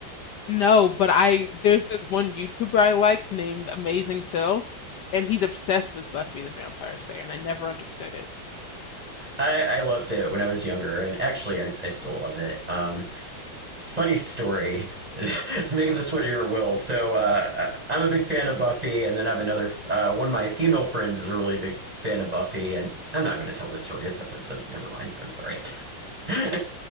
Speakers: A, on the left; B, on the right.
A: No, but I there's this one YouTuber I liked named Amazing Phil, and he's obsessed with Buffy the Vampire Slayer, and I never understood it.
B: I, I loved it when I was younger, and actually, I, I still love it. Um, funny story. <laughs> It's making this what your will. So uh, I- am a big fan of Buffy, and then I have another uh, one of my female friends is a really big fan of Buffy, and I'm not going to tell this story. It's offensive. Never mind. I'm sorry. <laughs> uh,